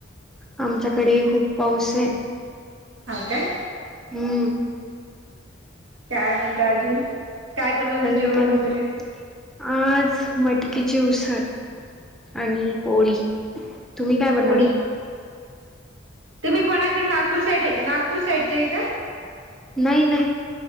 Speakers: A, in the centre; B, on the right (about 75°).
A: आमच्याकडेही खूप पाऊस आहे.
B: हा काय,
A: हूं..
B: काय म्हणताय अजून काय बनवलं
A: अजून
B: जेवण
A: काय मग
B: वगैरे
A: <inaudible> आज मटकीची उसळ, आणि पोळी. तुम्ही काय बनवलं?
B: पोळी तुम्ही कोणाकडे <inaudible> नागपूर साईड नागपूर साईडची आहे काय?
A: नाही- नाही